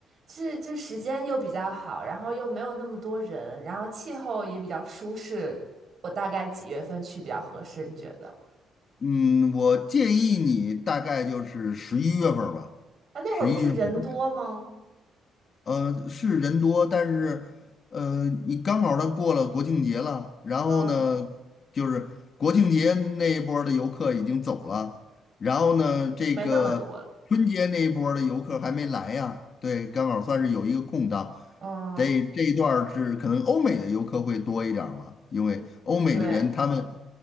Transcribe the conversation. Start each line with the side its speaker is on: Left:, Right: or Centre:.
Right: 是这时间又比较好，然后又没有那么多人，然后气候也比较舒适，我大概几月份去比较合适？你觉得？
Left: 嗯，我建议你大概就是十一月份儿吧，
Right: 啊，那会儿不是人多吗？
Left: 十一月份。呃，是人多，但是，呃，你刚好他过了国庆节了，然后呢，
Right: 嗯，
Left: 就是国庆节那一波儿的游客已经走了，然后呢，这个春节那一波儿的游客还没来呀，
Right: 没那么多了。
Left: 对，刚好算是有一个空档。
Right: 嗯。
Left: 得这一段儿是可能欧美的游客会多一点儿嘛，因为欧美的人他们
Right: 嗯对，